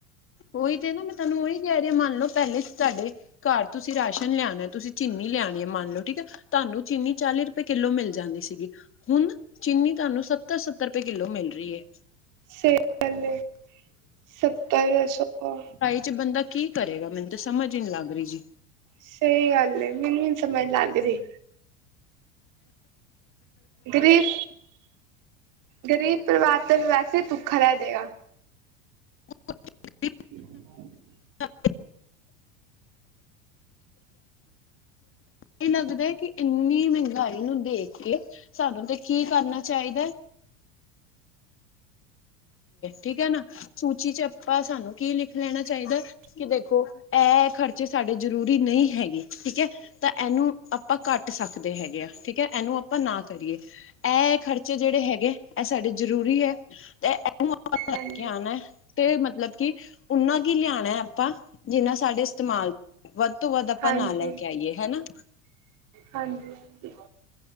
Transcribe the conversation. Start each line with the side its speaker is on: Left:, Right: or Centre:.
Left: ਉਹੀ ਤੇ ਨਾ। ਮੈਂ ਤੁਹਾਨੂੰ ਉਹੀ ਕਹਿ ਰਹੀ। ਮੰਨ ਲਓ ਪਹਿਲੇ ਤੁਹਾਡੇ ਘਰ ਤੁਸੀਂ ਰਾਸ਼ਨ ਲਿਆਉਣਾ। ਤੁਸੀਂ ਚੀਨੀ ਲਿਆਣੀ ਹੈ। ਮੰਨ ਲਓ ਠੀਕ ਹੈ। ਤੁਹਾਨੂੰ ਚੀਨੀ ਚਾਲੀ ਰੁਪਏ, ਕਿੱਲੋ ਮਿਲ ਜਾਂਦੀ ਸੀਗੀ। ਹੁਣ ਚੀਨੀ ਤੁਹਾਨੂੰ ਸੱਤਰ, ਸੱਤਰ ਰੁਪਏ ਕਿੱਲੋ, ਮਿਲ ਰਹੀ ਹੈ।
Right: <unintelligible>
Left: ਵਿੱਚ ਬੰਦਾ ਕੀ ਕਰੇਗਾ। ਮੈਨੂੰ ਤਾਂ ਸਮਝ ਹੀ, ਨੀ ਲੱਗ ਰਹੀ ਜੀ।
Right: ਸਹੀ ਗੱਲ ਏ। ਮੈਨੂੰ ਨੀ ਸਮਝ ਲੱਗ ਰਹੀ। ਗਰੀਬ, ਗਰੀਬ ਪਰਿਵਾਰ ਤੇ ਵੈਸੇ, ਭੁੱਖਾ ਰਹਿ ਜੇਗਾ।
Left: <inaudible>
Right: ਹੂੰ, <unintelligible>
Left: <inaudible> ਇਹ ਲੱਗਦਾ ਹੈ ਕਿ ਇੰਨੀ ਮਹਿੰਗਾਈ ਨੂੰ ਦੇਖ ਕੇ। ਸਾਨੂੰ ਤੇ ਕੀ ਕਰਨਾ ਚਾਹੀਦਾ। ਠੀਕ ਹੈ ਨਾ ਸੂਚੀ ਚ ਆਪਾਂ ਸਾਨੂੰ ਕੀ ਲਿਖ ਲੈਣਾ ਚਾਹੀਦਾ। ਕਿ ਦੇਖੋ ਇਹ ਖ਼ਰਚੇ ਸਾਡੇ ਜ਼ਰੂਰੀ ਨਹੀਂ ਹੈਗੇ ਠੀਕ ਹੈ। ਤਾਂ ਇਹਨੂੰ ਆਪਾਂ ਘੱਟ ਸਕਦੇ ਹੈਗੇ ਆ ਠੀਕ ਹੈ ਇਹਨੂੰ ਆਪਾਂ ਨਾ ਕਰੀਏ। ਇਹ ਖਰਚੇ ਜਿਹੜੇ ਹੈਗੇ ਇਹ ਸਾਡੇ ਜ਼ਰੂਰੀ ਹੈ ਤੇ ਇਹਨੂੰ ਆਪ ਲੈ
Right: ਹਾਂਜੀ
Left: ਕੇ ਆਉਣਾ ਹੈ। ਤੇ ਮਤਲਬ ਕਿ ਉਹਨਾ ਕੀ ਲਿਆਣਾ ਹੈ ਆਪਾਂ ਜਿੰਨਾ ਸਾਡੇ ਇਸਤਮਾਲ ਵੱਧ ਤੋਂ ਵੱਧ ਆਪਾਂ
Right: ਹਾਂਜੀ
Left: ਨਾ ਲੈ ਕੇ ਆਈਏ ਹਨਾ।
Right: ਹਾਂਜੀ